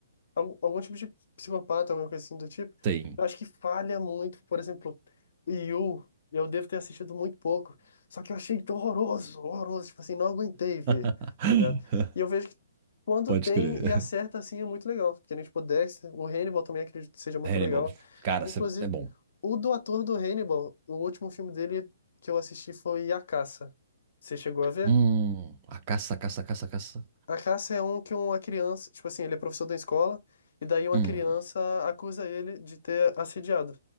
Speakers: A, on the left; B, on the right.
A: algum, algum tipo de psicopata, alguma coisa assim do tipo.
B: Tem.
A: Eu acho que falha muito, por exemplo, Yu, eu devo ter assistido muito pouco, só que eu achei tão horroroso, horroroso, tipo assim, não aguentei ver,
B: <laughs>
A: tá ligado? E eu vejo que quando
B: Pode
A: tem
B: crer.
A: e acerta, assim, é muito legal, porque, nem tipo, Dexter, o Hannibal também acredito que seja muito
B: Hannibal.
A: legal,
B: Cara,
A: inclusive,
B: cê- é bom.
A: o do ator do Hannibal, o último filme dele que eu assisti foi A Caça, você chegou a ver?
B: Hum, a caça, caça, caça, caça.
A: A caça é um que uma criança, tipo assim, ele é professor da escola, e daí uma
B: Hum,
A: criança acusa ele de ter assediado